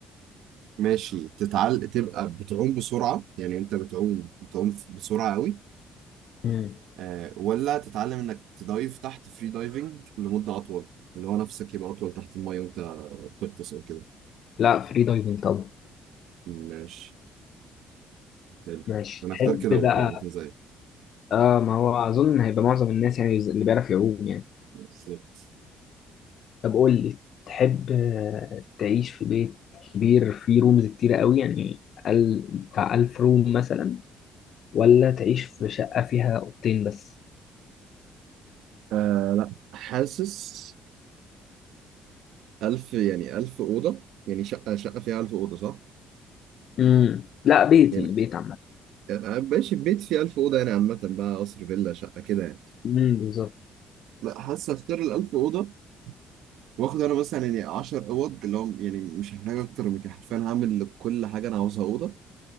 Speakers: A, on the right (about 80°); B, on the left (about 50°).
A: ماشي تتعل تبقى بتعوم بسرعة يعني انت بتعوم بتعوم بسرعة قوي
B: مم.
A: آه، ولا تتعلم انك تدايف تحت فري دايفنج لمدة اطول اللي هو نفسك يبقى اطول تحت المية وانت بتغطس او كده
B: لا فري دايفنج طبعا
A: ماشي حلو
B: ماشي
A: انا
B: تحب
A: اختار كده برضه
B: بقى
A: عامة زيك
B: اه ما هو اظن هيبقى معظم الناس يعني اللي بيعرف يعوم يعني
A: بالظبط
B: طب قول لي تحب آه، تعيش في بيت كبير فيه رومز كتيرة قوي يعني ال... بتاع ألف روم مثلا ولا تعيش في شقة فيها أوضتين بس؟
A: آه لا حاسس ألف يعني ألف أوضة يعني شقة شقة فيها ألف أوضة صح؟
B: امم لا بيت
A: يعني
B: يعني بيت عامة
A: آه، آه، ماشي بيت فيه ألف أوضة يعني عامة بقى قصر فيلا شقة كده يعني
B: امم بالظبط
A: لا حاسس أختار الألف أوضة واخد انا مثلا يعني 10 اوض اللي هم يعني مش هحتاج اكتر من كده حرفيا هعمل لكل حاجه انا عاوزها اوضه